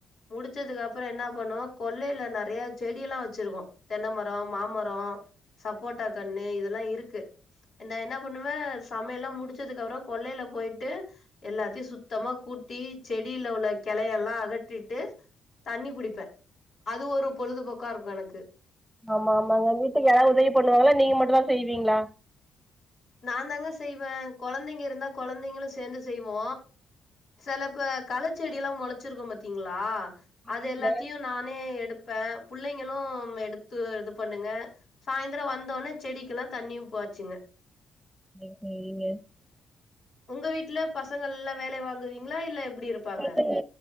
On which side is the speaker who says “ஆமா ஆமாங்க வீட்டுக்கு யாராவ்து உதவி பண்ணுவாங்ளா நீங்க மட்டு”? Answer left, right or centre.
Centre